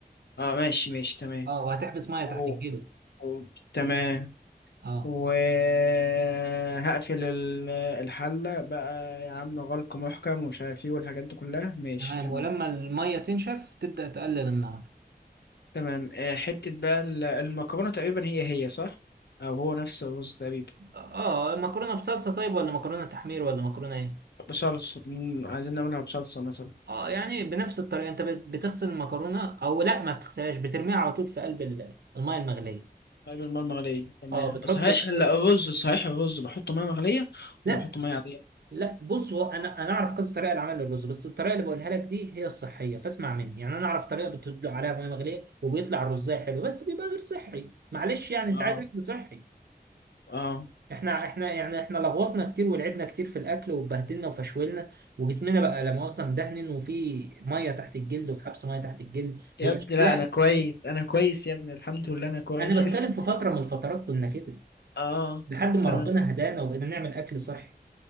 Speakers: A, on the left; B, on the right.
A: اه ماشي ماشي تمام
B: اه وهتحبس مية
A: و...
B: تحت الجلد
A: و... تمام
B: اه
A: وهقفل ال- الحلة بقى يا عم غلق محكم ومش عارف ايه والحاجات دي كلها ماشي
B: تمام
A: تمام
B: ولما المية تنشف تبدأ تقلل النار
A: تمام آه، حتة بقى ال- المكرونة تقريبا هي هي صح؟ أو هو نفس الرز تقريبا
B: اه آه، مكرونة بصلصة طيب ولا مكرونة تحمير ولا مكرونة ايه
A: بصلصة مم، عايزين نعملها بصلصة مثلا
B: اه يعني بنفس الطريقة انت بت- بتغسل المكرونة او لا ما بتغسلهاش بترميها على طول في قلب ال- المية المغلية
A: قلب الماء المغلية تمام
B: اه بتحط
A: صحيح
B: شويه
A: لا الرز صحيح الرز بحطه مية مغلية
B: لا
A: ولا بحطه مية عادية؟
B: لا بص هو انا انا اعرف كذا طريقه لعمل الرز بس الطريقه اللي بقولها لك دي هي الصحيه فاسمع مني يعني انا اعرف طريقه بتدلق عليها ميه مغليه وبيطلع الرزايه حلو بس بيبقى غير صحي معلش يعني انت
A: اه
B: عايز اكل صحي
A: اه
B: احنا احنا يعني احنا لغوصنا كتير ولعبنا كتير في الاكل واتبهدلنا وفشولنا وجسمنا بقى لا مؤاخذه مدهن وفي ميه تحت الجلد وحبس ميه تحت الجلد
A: يا
B: بيبقى
A: ابني
B: شكلها
A: لا أنا كويس أنا كويس يا ابني الحمد لله أنا كويس
B: انا بتكلم في فتره من الفترات كنا كده
A: <laughs> اه
B: لحد ما
A: تمام
B: ربنا هدانا وبقينا نعمل اكل صحي